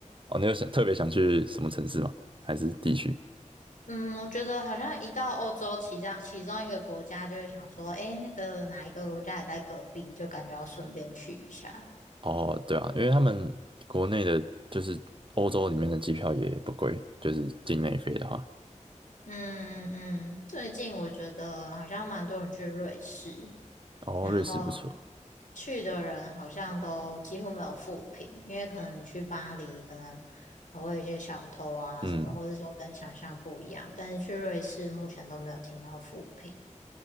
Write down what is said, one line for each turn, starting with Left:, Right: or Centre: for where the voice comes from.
Right: 哦，你有想特别想去什么城市吗？还是地区？
Left: 嗯，我觉得好像一到欧洲其他其中一个国家，就会想说，诶，那个哪一个国家也在隔壁，就感觉要顺便去一下。
Right: 哦，对啊，因为他们国内的，就是欧洲里面的机票也不贵，就是境内飞的话。
Left: 嗯嗯嗯，最近我觉得好像蛮多人去瑞士，
Right: 哦，
Left: 然后
Right: 瑞士不错，
Left: 去的人好像都几乎没有负评，因为可能你去巴黎，可能还会有一些小偷啊什么，
Right: 嗯，
Left: 或者说跟想象不一样，但是去瑞士目前都没有听到负评。